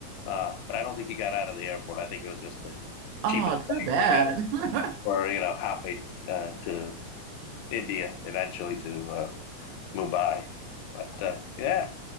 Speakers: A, on the left; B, on the right.
A: Uh, but I don't think he got out of the airport. I think it was just the
B: Oh,
A: cheapest
B: too
A: flight
B: bad.
A: for getting
B: <laughs>
A: for you know hopping uh, to India, eventually to uh, Mumbai. But uh, yeah.